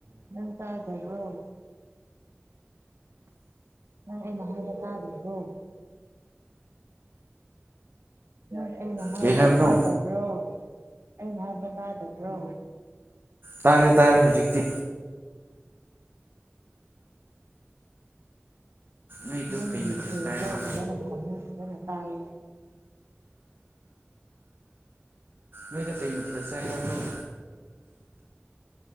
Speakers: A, on the right (about 75°); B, on the right (about 50°).
A: ꯅ ꯇ ꯍꯥꯏꯕꯕ ꯅꯩꯅ ꯍꯥꯏꯂ ꯇꯥꯗ ꯍꯣ ꯑꯩꯅ
B: ꯀꯩ
A: ꯍꯥꯏꯕ
B: ꯍꯥꯏꯕꯅꯣ
A: ꯀꯥꯗꯕ꯭ꯔꯣ ꯑꯩꯅ ꯍꯥꯏꯕ ꯀꯥꯗꯕ꯭ꯔꯣ
B: ꯇꯥꯔꯦ ꯇꯥꯔꯦ ꯍꯧꯖꯤꯛꯇꯤ ꯅꯣꯏꯗꯣ
A: ꯅꯪꯒꯤ
B: ꯀꯩ ꯃꯊꯦꯜ
A: ꯐꯗꯣ
B: ꯆꯥꯏꯕ
A: ꯐꯖꯅ ꯐꯖꯅ ꯇꯥꯏꯌꯦ
B: ꯃꯣꯏꯅꯇꯩꯅ ꯊꯌꯥꯔꯁꯦ ꯑꯗꯨꯣ